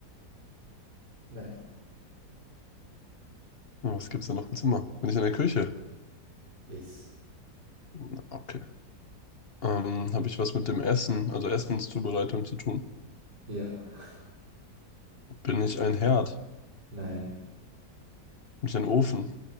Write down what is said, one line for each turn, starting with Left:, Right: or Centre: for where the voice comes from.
Right: Nein.
Left: Na, was gibt's denn noch im Zimmer? Bin ich in der Küche?
Right: Yes.
Left: Na, Okay. Ähm, habe ich was mit dem Essen, also Essenszubereitung zu tun?
Right: Ja. <laughs>
Left: Bin ich ein Herd?
Right: Nein.
Left: Bin ich ein Ofen?